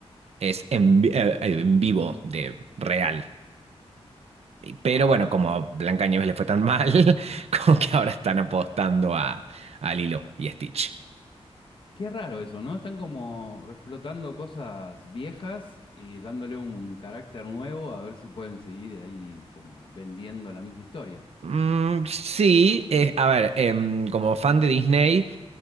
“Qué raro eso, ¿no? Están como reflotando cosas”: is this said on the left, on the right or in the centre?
Left